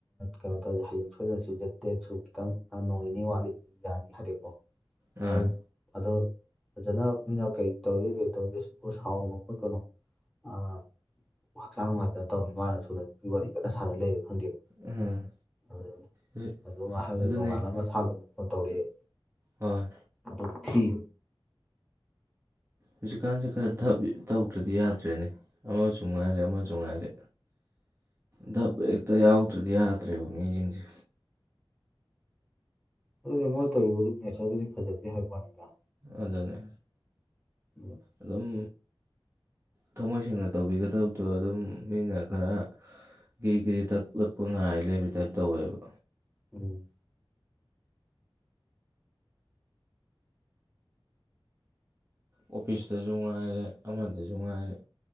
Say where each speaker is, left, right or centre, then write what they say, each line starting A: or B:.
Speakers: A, in the centre; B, on the right.
A: ꯀꯩꯅꯣ ꯇꯧꯔꯤꯁꯦ ꯍꯌꯦꯡ ꯁꯣꯏꯗꯅꯁꯨ ꯗꯦꯠꯁꯨ ꯈꯤꯇꯪ ꯅꯣꯡ ꯅꯤꯅꯤ ꯋꯥꯠꯂꯤꯕꯅꯤ ꯌꯥꯅꯤ ꯍꯥꯏꯔꯦꯀꯣ
B: ꯑꯥ
A: ꯍꯣꯏ ꯑꯗꯣ ꯐꯖꯅ ꯃꯤꯅ ꯀꯩ ꯇꯧꯔꯤꯒꯦ ꯀꯩ ꯇꯧꯔꯤꯒꯦ ꯁꯤꯕꯨ ꯁꯥꯎꯒꯅꯨ ꯈꯣꯠꯀꯅꯨ ꯑ ꯍꯛꯆꯥꯡ ꯅꯨꯡꯉꯥꯏꯇ ꯇꯧꯔꯃꯤ ꯃꯥꯅ ꯁꯣꯏꯗꯅꯄꯤ ꯋꯥꯔꯤ ꯀꯟꯅ ꯁꯥꯟꯅ ꯂꯩꯕ ꯈꯪꯗꯦꯕ
B: ꯎꯝ
A: ꯎ
B: ꯍꯧꯖꯤꯛ
A: ꯑꯗꯨꯒ ꯍꯥꯏꯕ
B: ꯑꯗꯨꯅꯦ
A: ꯅꯣꯡꯉꯥꯜ ꯑꯃ ꯁꯥꯥꯡꯗꯨꯅ ꯐꯣꯟ ꯇꯧꯔꯛꯑꯦ
B: ꯍꯣꯏ
A: ꯑꯗ‌ꯣ ꯊꯤ
B: ꯍꯧꯖꯤꯛꯀꯥꯟꯁꯦ ꯈꯔ ꯞ ꯇꯧꯗ꯭ꯔꯗꯤ ꯌꯥꯗ꯭ꯔꯦꯅꯦ ꯑꯃꯁꯨ ꯉꯥꯏꯔꯦ ꯑꯃꯁꯨ ꯉꯥꯏꯔꯦ ꯙꯞ ꯍꯦꯛꯇ ꯌꯥꯎꯗ꯭ꯔꯗꯤ ꯌꯥꯗ꯭ꯔꯦꯕ ꯃꯤꯁꯤꯡꯁꯦ
A: ꯑꯗꯨꯗꯤ ꯃꯣꯏꯅ ꯇꯧꯔꯤꯕꯗꯨ ꯅꯦꯆꯔꯗꯨꯗꯤ ꯐꯖꯗ꯭ꯔ‌ꯦ ꯍꯥꯏꯕꯩ ꯋꯥꯅꯤꯗ
B: ꯑꯗꯨꯅꯦ
A: ꯎꯝ
B: ꯑꯗꯨꯝ ꯊꯃꯣꯏ ꯁꯦꯡꯅ ꯇꯧꯕꯤꯒꯗꯕꯗꯣ ꯑꯗꯨꯝ ꯃꯤꯅ ꯈꯔ ꯀꯦꯔꯤ ꯀꯦꯔꯤ ꯇꯛꯂꯛꯄ ꯉꯥꯏ ꯂꯩꯕꯇꯥꯏꯞ ꯇꯧꯋꯦꯕ
A: ꯎꯝ
B: ꯑꯣꯐꯤꯁꯇꯁꯨ ꯉꯥꯏꯔꯦ ꯑꯃꯗꯁꯨ ꯉꯥꯏꯔꯦ